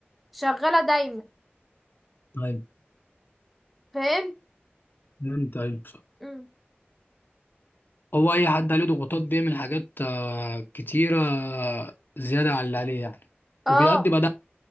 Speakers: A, in the centre; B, on the left.
A: شغالة دايما
B: طيب
A: فاهم
B: انت طيب
A: مم.
B: هو اي حد عليه ضغوطات بيعمل حاجات آه، كتيره آه، زياده عن اللي عليه يعني
A: اه
B: وبيأدي بقى ده